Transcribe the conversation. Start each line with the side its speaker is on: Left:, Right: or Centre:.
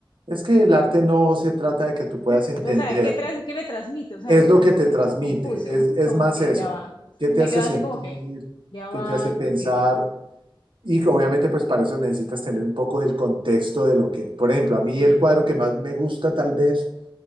Right: Es que el arte no se trata de que tú puedas
Left: Ent-
Right: entenderlo,
Left: O sea, ¿qué, trans- qué me transmite? O sea,
Right: es
Left: a veces
Right: lo
Left: lo
Right: que
Left: siento
Right: te transmite,
Left: como confuso,
Right: es,
Left: <laughs>
Right: es
Left: como
Right: más
Left: que
Right: eso.
Left: ya va. <laughs>
Right: ¿Qué
Left: Me
Right: te hace
Left: quedo
Right: sentir?
Left: así como que ya
Right: ¿Qué
Left: va,
Right: te hace pensar?
Left: como que ya va.
Right: Y que obviamente pues para eso necesitas tener un poco del contexto de lo que, por ejemplo, a mí
Left: Sí,
Right: el cuadro que más me gusta tal vez